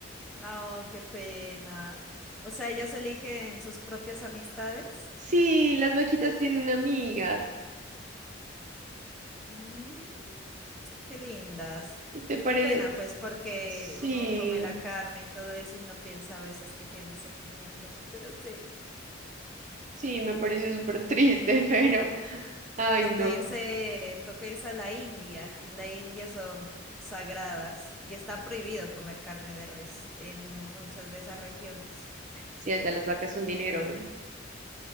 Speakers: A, in the centre; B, on the right (about 40°).
A: no, qué pena. O sea, ellos eligen sus propias amistades.
B: Sí, las vaquitas tienen amigas.
A: Mm, qué lindas.
B: ¿Y te
A: Y
B: parece?
A: qué pena, pues, porque
B: Sí,
A: uno come la carne y todo eso y no piensa a veces que tienen sentimientos, pero sí.
B: sí, me pareció súper triste, <laughs> pero, ay,
A: Toca
B: no.
A: irse, toca irse a la India. En la India son sagradas y está prohibido comer carne de res en muchas de esas regiones.
B: Sí, allá las vacas son dinero, ¿no?